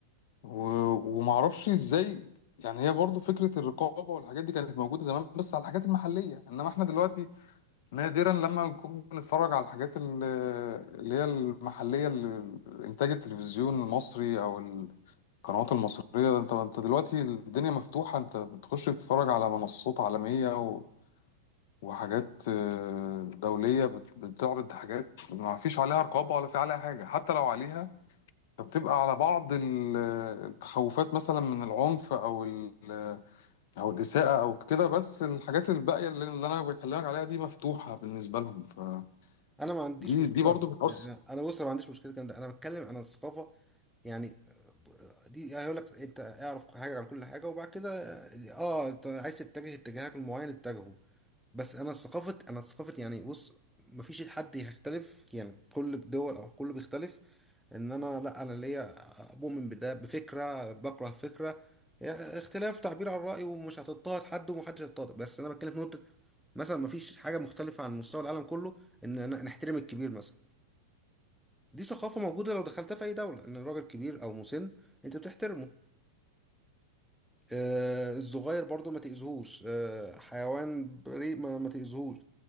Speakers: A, on the left (about 60°); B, in the centre.
A: و- ومعرفش ازاي يعني هي برضو فكرة الرقابة والحاجات دي كانت موجودة زمان بس على الحاجات المحلية انما احنا دلوقتي نادرا لما نكون بنتفرج على الحاجات ال- اللي هي المحلية اللي- انتاج التلفزيون المصري او القنوات المصرية ده انت انت دلوقتي الدنيا مفتوحة انت بتخش تتفرج على منصات عالمية و... وحاجات آه، دولية بت- بتعرض حاجات ما فيش عليها رقابة ولا في عليها حاجة حتى لو عليها فبتبقى على بعض ال- التخوفات مثلا من العنف او ال- او الاساءه او كده بس الحاجات الباقيه اللي اللي انا بكلمك عليها دي مفتوحه بالنسبه لهم فدي
B: أنا ما عنديش
A: دي
B: مشكلة
A: برضو بتأثر
B: يعني أنا بص أنا ما عنديش مشكلة الكلام ده أنا بتكلم عن الثقافة يعني ب- دي هيقول لك أنت اعرف حاجة عن كل حاجة وبعد كده أه أنت عايز تتجه اتجاهك المعين اتجهه بس انا ثقافه انا ثقافه يعني بص مفيش حد هيختلف يعني كل دول او كله بيختلف ان انا لا انا ليا مؤمن بده بفكره بكره فكره يعني اختلاف تعبير عن الراي ومش هتضطهد حد ومحدش هيضطهد بس انا بتكلم في نقطه مثلا مفيش حاجه مختلفه عن مستوى العالم كله ان أنا نحترم الكبير مثلا دي ثقافه موجوده لو دخلتها في اي دوله ان الراجل كبير او مسن انت بتحترمه آه الصغير برضو ما تأذيهوش آه حيوان بريء ما, ما تأذيهوش